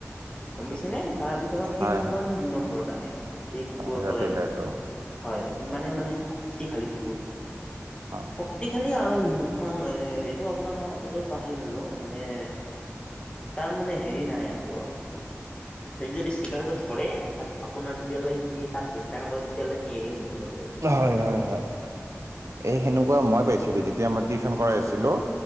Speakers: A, on the left; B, on the right.
A: গম পাইছে নে তাৰ ভিতৰত তিনি
B: হয়,
A: নম্বৰ
B: হয়,
A: দুই নম্বৰত আহে এই কুকুৰৰ
B: হয়, ৰতইলাৰটো
A: প্ৰজাতিটো। হয় ইমানেই মানে শক্তিশালী কুকুৰটো।
B: অ,
A: শক্তিশালী আৰু নিশং এ এইটো আপোনাৰ মই শব্দটো পাহৰিলো মানে তাৰ মানে হেৰি নাই আৰু অ, সেই যদি শিকাৰটো ধৰে তাত আপোনাৰ, তেতিয়ালৈকে সি তাক হত্যা নকৰে তেতিয়ালৈলে সি এৰিয়ে নিদিয়ে আৰু
B: হয় হয় হয়। এই সেনেকুৱা মই পাইছিলো যেতিয়া মই টিউশন কৰাই আছিলো।